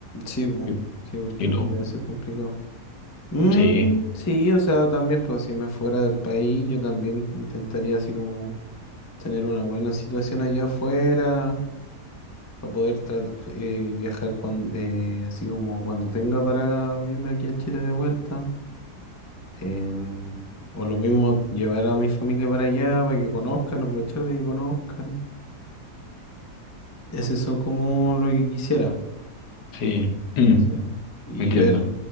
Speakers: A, on the left; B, on the left.
A: Sí, bo.
B: ¿Y,
A: Sí, porque
B: y
A: igual
B: tú?
A: debe ser complicado. Mm,
B: Sí,
A: sí, o sea, también, pues si me fuera del país, yo también intentaría así como tener una buena situación allá afuera, para poder tra- eh, viajar cuando, así como cuando tenga para venirme aquí a Chile de vuelta. Em, o lo mismo, llevar a mi familia para allá, para que conozcan, aprovechar de que conozcan. Ese son como lo que quisiera.
B: sí. <clears throat>
A: Sí. Y
B: Entiendo.
A: ver,